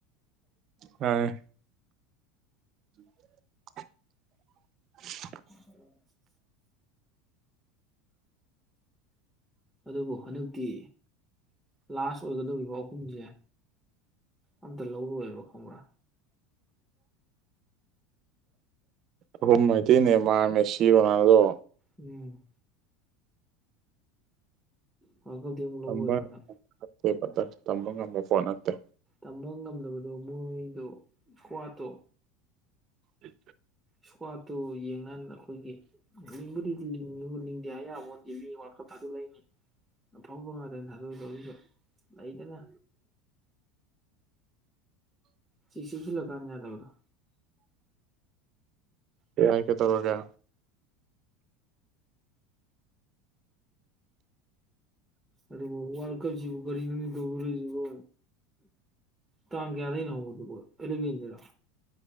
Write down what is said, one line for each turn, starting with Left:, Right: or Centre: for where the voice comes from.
Right: ꯑ <unintelligible> <unintelligible>
Centre: ꯎꯝ ꯑꯗꯨꯕꯨ ꯍꯟꯗꯛꯇꯤ ꯂꯥꯁ ꯑꯣꯏꯒꯗ ꯂ ꯑꯍꯨꯝꯁꯦ ꯑꯝꯇ ꯂꯧꯔꯣꯏꯕ ꯈꯪꯕ꯭ꯔꯥ
Right: ꯍ ꯃꯩꯗꯤꯅꯦ ꯃꯥ ꯃꯦꯁꯤꯣꯅꯥꯗꯣ
Centre: ꯎꯝ ꯋꯥꯔꯜ ꯀꯞꯇꯤ ꯑꯃꯨꯛ ꯂꯧꯔꯣꯏꯕꯅ
Right: ꯑꯝꯕ ꯄꯠꯇ ꯇꯝꯕ ꯉꯝꯕ ꯄꯣꯠ ꯅꯠꯇꯦ
Centre: ꯇꯝꯕ ꯉꯝꯗꯕꯗꯨꯣ ꯃꯣꯏꯗꯨ ꯀ꯭ꯋꯥꯠꯇꯣ
Right: ꯑ
Centre: ꯁ꯭ꯠꯇꯣ ꯌꯦꯡꯉꯥꯟ ꯑꯩꯈꯣꯏꯒꯤ ꯂꯤꯡꯕꯨꯗꯤ ꯅꯤꯡꯗꯦ ꯍꯥꯏ ꯌꯥꯕꯗꯤ ꯃꯤ ꯋꯥꯀꯞ ꯊꯥꯗꯣꯛꯂꯛꯏꯅꯤ ꯑꯐꯥꯎꯕ ꯉꯥꯛꯇꯅꯤ ꯊꯥꯗꯣꯛꯏꯕ ꯑꯩꯁꯨ ꯂꯩꯗꯅ ꯁꯤꯁꯤꯁꯤꯜꯂꯛꯀꯥꯟꯗ ꯌꯥꯗꯕꯗꯣ
Right: ꯌꯥ ꯌꯥꯏ ꯀꯦ ꯇꯧꯔꯣꯒ
Centre: ꯑꯗꯨꯕꯨ ꯋꯥꯔꯜ ꯀꯞꯁꯤꯕꯨ ꯀꯔꯤꯅꯣꯅꯤ ꯇꯧꯗꯣꯔꯤꯁꯤꯕꯣ ꯇꯥꯡ ꯀꯌꯥꯗꯒꯤꯩꯅ ꯍꯧꯕꯗꯨꯕꯣ ꯑꯦꯂꯚꯦꯟꯗꯔ